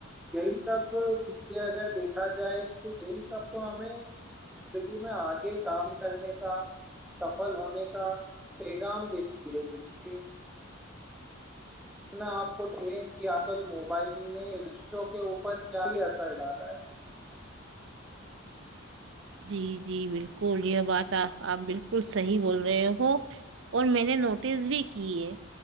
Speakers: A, in the centre; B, on the right (about 60°).
A: یہی سب چیزیں اگر دیکھا جائے تو یہی سب تو ہمیں زندگی میں آگے کام کرنے کا سفل ہونے کا پیغام دیتی ہے جس سے جنا آپ کو دیکھیں کہ آج کل موبائل نے رشتوں کے اوپر کیا ہی اثر ڈالا ہے
B: جی جی بالکل یہ بات آپ بالکل صحیح بول رہے ہو اور میں نے نوٹس بھی کی ہے